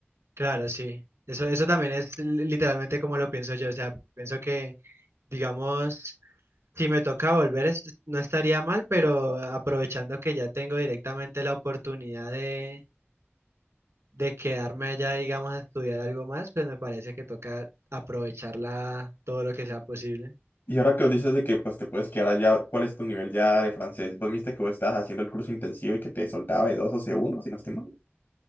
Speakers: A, on the right (about 85°); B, on the left (about 65°).
A: Claro, sí. Eso, eso también es li- literalmente como lo pienso yo. O sea, pienso que, digamos, Si me toca volver, es- no estaría mal, pero aprovechando que ya tengo directamente la oportunidad de, de quedarme allá, digamos, a estudiar algo más, pues me parece que toca aprovecharla todo lo que sea posible.
B: Y ahora que os dices de que pues te puedes quedar allá, ¿cuál es tu nivel ya de francés? Vos viste que vos estabas haciendo el curso intensivo y que te soltaba B2 o c uno si no estoy mal.